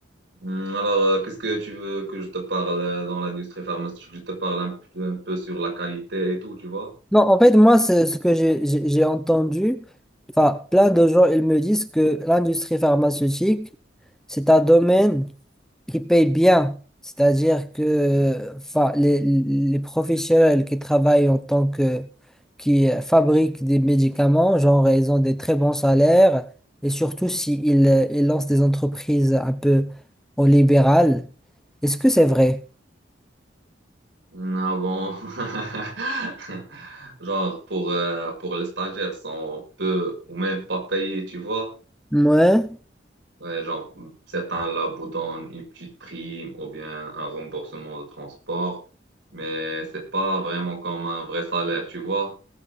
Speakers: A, on the right; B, in the centre.
A: Hum, Alors, euh, qu'est-ce que tu veux que je te parle euh, dans l'industrie pharmaceutique? Je te parle un, p- un peu sur la qualité et tout, tu vois?
B: Non, en fait, moi, c'est ce que j'ai j'ai- j'ai entendu. Enfin, plein de gens, ils me disent que l'industrie pharmaceutique, c'est un domaine qui paye bien. C'est-à-dire que enfin, les, les professionnels qui travaillent en tant que, qui euh, fabriquent des médicaments, genre, ils ont des très bons salaires. Et surtout, s'ils ils lancent des entreprises un peu au libéral. Est-ce que c'est vrai?
A: Hum, Avant, <laughs> genre, pour, euh, pour les stagiaires, sont peu ou même pas payés, tu vois?
B: Ouais.
A: Ouais, genre, certains labos donnent une petite prime ou bien un remboursement de transport, mais c'est pas vraiment comme un vrai salaire, tu vois.